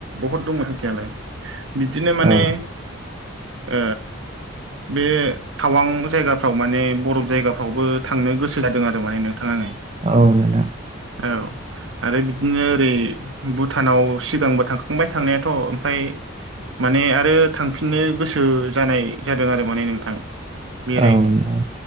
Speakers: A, on the right; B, on the right.
A: बहुद दंमोन थांखियालाय बिदिनो माने
B: औ
A: ओ बे थावां जायगाफ्राव माने बरफ जायगाफ्रावबो थांनो गोसो जादों आरो माने नोंथां आंङो।
B: औ नोंथां।
A: औ आरो बिदिनो। ओरै भुटानाव सिगांबो थांखांबाय थांनायाथ' ओमफ्राय। माने आरो थांफिननो गोसो जानाय जादों आरो माने नोंथां। बेरायनो
B: औ नोंथां